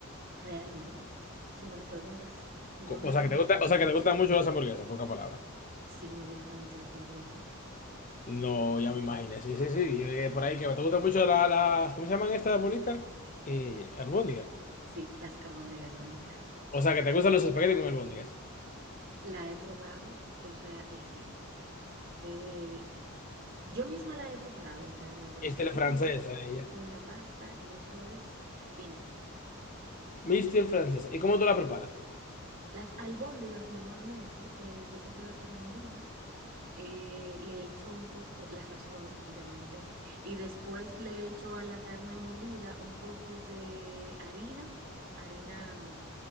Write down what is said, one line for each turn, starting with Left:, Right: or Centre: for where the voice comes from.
Right: Realmente, si me lo preguntas, sí. Yo
Left: Co-
Right: me la
Left: O sea,
Right: como
Left: que te
Right: hasta
Left: gusta,
Right: sola.
Left: o sea, que te gustan mucho las hamburguesas, en pocas palabras.
Right: Sí, me gustan mucho las hamburguesas.
Left: No, ya me imaginé, sí, sí, sí, y, eh, por ahí que te gustan mucho la- las, ¿cómo se llaman estas bolitas? Eh, albóndigas.
Right: Sí, las albóndigas me encantan.
Left: O sea, que te gustan los espaguetis con albóndigas.
Right: La he probado, o sea, y sí. Eh, yo misma la he preparado realmente,
Left: Este
Right: las albóndigas
Left: es francesa, ella.
Right: con la pasta y eso es al final.
Left: Mister francesa. ¿Y cómo tú la preparas?
Right: Las albóndigas normalmente, eh, yo compro la carne molida, eh, le echo un poco, la sazono, obviamente, y después le echo a la carne molida un poco de harina, harina